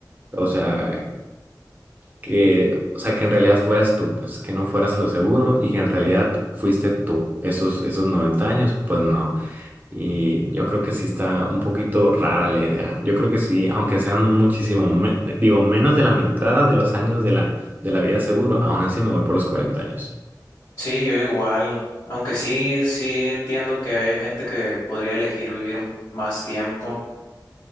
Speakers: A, on the right; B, on the left.
A: o sea, que, o sea, que en realidad fueras tú, pues que no fueras a lo seguro y que en realidad fuiste tú. Esos, esos 90 años, pues no. Y yo creo que sí está un poquito rara la idea. Yo creo que sí, aunque sean muchísimo, me- digo, menos de la mitad de los años de la, de la vida seguro, aún así me voy por los 40 años.
B: Sí, yo igual, aunque sí, sí entiendo que hay gente que podría elegir vivir m- más tiempo